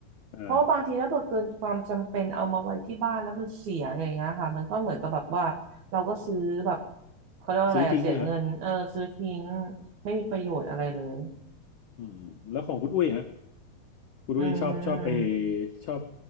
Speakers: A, on the left; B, on the right.
A: อ่า
B: เพราะว่าบางทีถ้าเกิดเกินความจำเป็นเอามาไว้ที่บ้านแล้วมันเสียอย่างเงี้ยค่ะมันก็เหมือนกับแบบว่าเราก็ซื้อแบบเขาเรียกว่าอะไรอะเสียเงินเออซื้อทิ้ง
A: ซื้อทิ้งอะฮะ
B: ไม่มีประโยชน์อะไรเลย
A: อืมแล้วของคุณอุ้ยฮะคุณอุ้ยชอบชอบไป
B: อืม
A: ชอบ